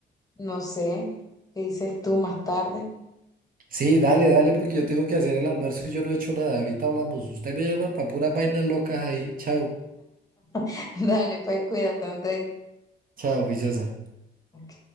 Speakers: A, on the left (about 15°); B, on the right (about 45°).
A: No sé, ¿qué dices tú más tarde?
B: Sí, dale, dale porque yo tengo que hacer el almuerzo y yo no he hecho nada. Ahorita hablamos. Usted me llama para puras vainas locas ahí. Chao,
A: <laughs> Dale, pues cuídate, Andrés.
B: chao, juiciosa.
A: Ok.